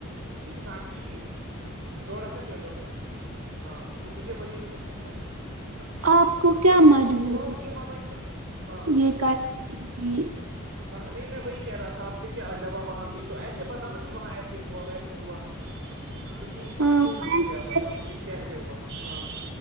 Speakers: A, on the right (about 60°); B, on the right (about 80°).
A: <unintelligible> <unintelligible>
B: آپ کو کیا مجبوری
A: ہاں
B: تھی یہ کرنے کی
A: ہاں نہیں میں وہی کہہ رہا تھا آپ سے کیا جب وہاں گئ تو ایسے بتا نا کہ وہاں ایسے ہوا ویسے ہوا تو یہی یہی
B: ہاں
A: چیزیں بتاؤ مجھے کیسے ہوا ہاں